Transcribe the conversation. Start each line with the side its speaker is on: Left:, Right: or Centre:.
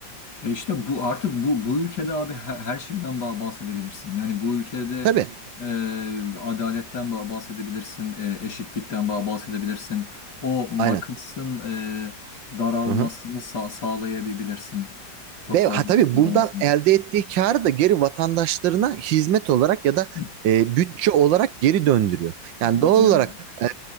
Left: E işte bu artık bu bu ülkede abi her, her şeyden ba- bahsedebilirsin. Yani bu ülkede
Right: Tabii.
Left: e, adaletten ba- bahsedebilirsin, e, eşitlikten ba- bahsedebilirsin. O makasın
Right: Aynen.
Left: e, daralmasını
Right: Aha.
Left: sa- sağlayabilirsin. Çok
Right: Ve
Left: fazla
Right: ha, tabii
Left: <laughs> kullanılmasın.
Right: buradan elde ettiği karı da geri vatandaşlarına hizmet olarak ya da
Left: Hı,
Right: e, bütçe olarak geri döndürüyor. Yani
Left: Aynen
Right: doğal olarak
Left: öyle.
Right: e,